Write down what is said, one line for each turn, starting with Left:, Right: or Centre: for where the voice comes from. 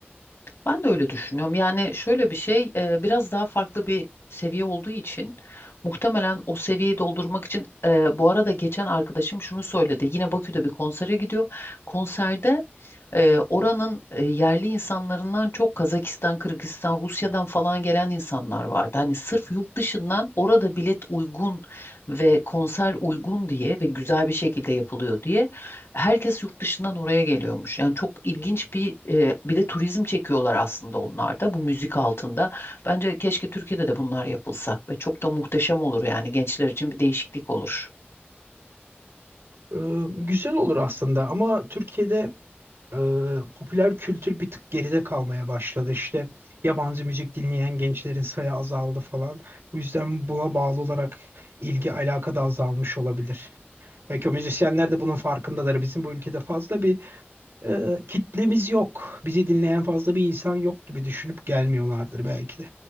Left: Ben de öyle düşünüyorum. Yani şöyle bir şey, e, biraz daha farklı bir seviye olduğu için muhtemelen o seviyeyi doldurmak için e, bu arada geçen arkadaşım şunu söyledi. Yine Bakü'de bir konsere gidiyor. Konserde e, oranın e, yerli insanlarından çok Kazakistan, Kırgızistan, Rusya'dan falan gelen insanlar vardı. Hani sırf yurt dışından orada bilet uygun ve konser uygun diye ve güzel bir şekilde yapılıyor diye herkes yurt dışından oraya geliyormuş. Yani çok ilginç bir e, bir de turizm çekiyorlar aslında onlar da bu müzik altında. Bence keşke Türkiye'de de bunlar yapılsa ve çok da muhteşem olur yani gençler için bir değişiklik olur.
Right: E, güzel olur aslında ama Türkiye'de e, popüler kültür bir tık geride kalmaya başladı. İşte yabancı müzik dinleyen gençlerin sayı azaldı falan. Bu yüzden buna bağlı olarak ilgi alaka da azalmış olabilir. Belki o müzisyenler de bunun farkındadır. Bizim bu ülkede fazla bir e, kitlemiz yok. Bizi dinleyen fazla bir insan yok gibi düşünüp gelmiyorlardır belki de.